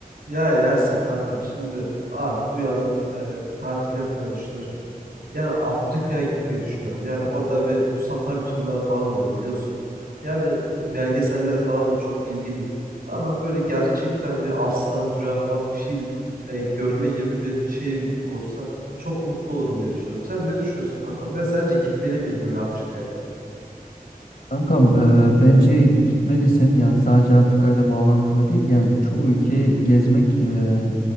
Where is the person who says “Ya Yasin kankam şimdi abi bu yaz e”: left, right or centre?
Right